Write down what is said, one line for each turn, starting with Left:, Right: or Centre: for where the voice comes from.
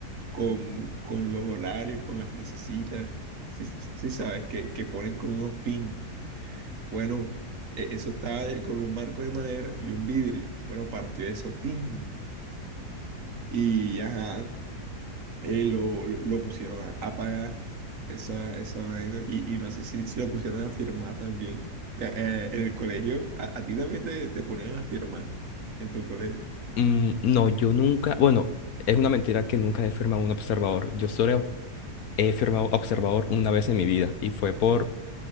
Right: con, con los horarios, con las frasecitas. Sí, sí- sí sabes, que, que ponen con unos pin. Bueno, e- eso estaba de- con un marco de madera y un vidrio. Bueno, partió eso, tin. Y ajá, eh, lo, lo, lo pusieron a, a pagar esa, esa vaina. Y, y no sé si, si lo pusieron a firmar también. Eh, eh, en el colegio, a, a ti también te, te ponían a firmar en tu colegio.
Left: Mm, no, yo nunca, bueno, es una mentira que nunca he firmado un observador. Yo solo he firmado observador una vez en mi vida y fue por